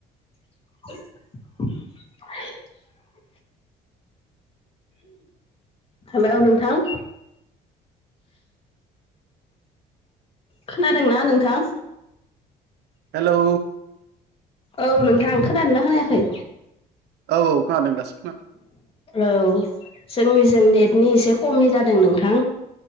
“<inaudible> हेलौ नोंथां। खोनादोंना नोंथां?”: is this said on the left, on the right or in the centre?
Left